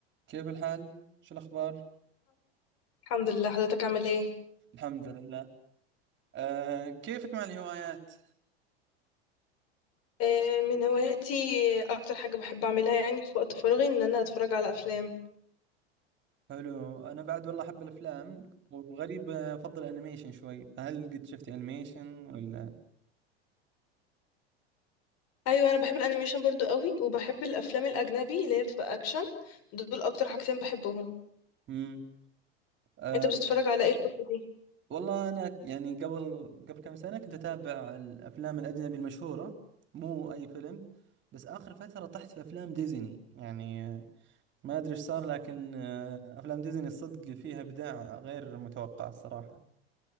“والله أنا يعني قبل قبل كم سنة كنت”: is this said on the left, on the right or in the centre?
Right